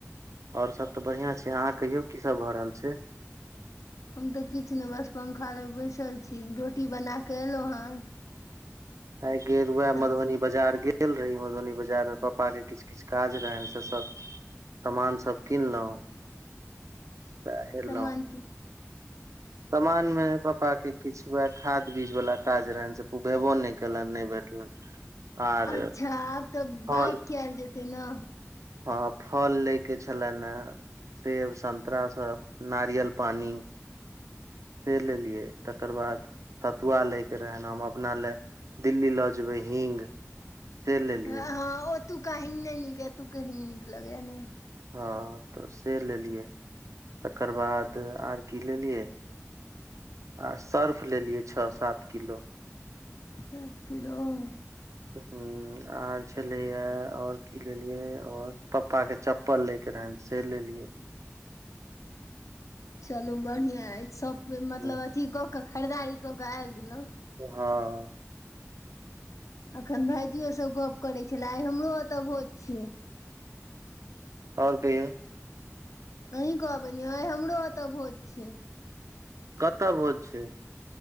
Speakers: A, on the right; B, on the left.
A: आओर सब तऽ बढ़ियां छै अहाँ कहियौ की सब भऽ रहल छै
B: हम तऽ किछु नहि बस पंखा लग बैसल छी रोटी बना कऽ एलहुँ हेँ
A: आय गेल वएह मधुबनी
B: छी
A: बाजार गेल रही मधुबनी बाजार मे पापा के किछु किछु काज रहनि से सब सामान सब किनलहुँ त एलहुँ
B: सामान कीन
A: समान मे पापा के किछु उएह खाद बीज वला काज रहनि से पु भेबो नहि कलनि नहि भेटलनि आर
B: अच्छा आब तऽ
A: फल
B: बाग कयल जेतय ने
A: हँ फल लयके छलनि हैं सेब संतरा सब नारियल पानी से लेलियै तकर बाद सतुआ लैके रहनि हम अपना लए दिल्ली लऽ जेबै हींग। से लेलियै
B: हँ ह ओतूका हीग नै नीक एतूके हीग नीक लगै ये न।
A: हँ तऽ से लेलियै तकर बाद आर की लेलियै? आ सर्फ लेलियै छ सात किलो।
B: सात किलो ह।
A: हू आर छलैये और की लेलियै और पप्पा के चप पल लै के रहनि से लेलियै।
B: चलू बढ़ियां अइछ सब मतलब
A: हँ
B: अथी कऽ कऽ खरीदारी कऽ कऽ आबि गेलौं।
A: हँ।
B: अखन भाइजियो सब गप करै छले आइ हमरो ओतऽ भोज छियै।
A: और कहियौ?
B: अहीं कहबै न यौ आइ हमरो ओतऽ भोज छियै।
A: कतऽ भोज छै?